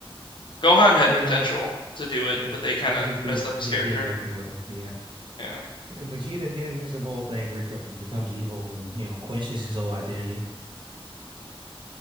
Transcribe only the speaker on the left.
Gohan had
potential to do it,
but they kind
of
messed
up
his character.
Yeah.